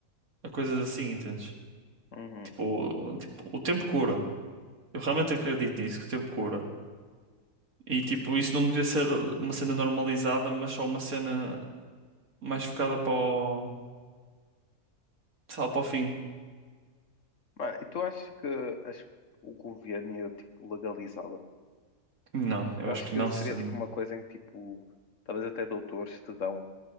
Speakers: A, on the right; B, on the left.
A: a coisas assim, entendes?
B: uhum.
A: Tipo, o- tipo, o tempo cura. Eu realmente acredito nisso, que o tempo cura. E, tipo, isso não devia ser uma cena normalizada, mas só uma cena mais focada para o, sei lá, para o fim.
B: Mano, e tu achas que as- o governo ia, tipo, legalizá-la?
A: Não, eu
B: Eu
A: acho
B: acho
A: que
B: que
A: não,
B: seria,
A: sinceramente.
B: tipo, uma coisa em que, tipo, talvez até doutores te dão.